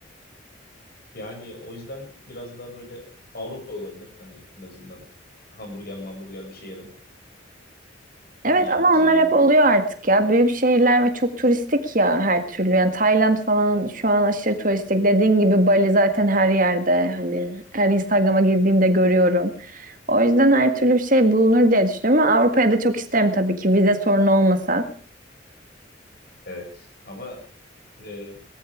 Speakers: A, on the left; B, on the right.
A: Yani o yüzden biraz daha böyle Avrupa olabilir. Hani en azından hamburger hamburger bir şey yerim.
B: Evet
A: Yiyebileceğim.
B: ama onlar hep oluyor artık ya büyük şehirler ve çok turistik ya her türlü yani Tayland falan şu an aşırı turistik dediğin gibi Bali zaten her yerde hani her Instagram'a girdiğimde görüyorum. O yüzden her türlü bir şey bulunur diye düşünüyorum ama Avrupa'ya da çok isterim tabii ki vize sorunu olmasa.
A: Evet. Ama e,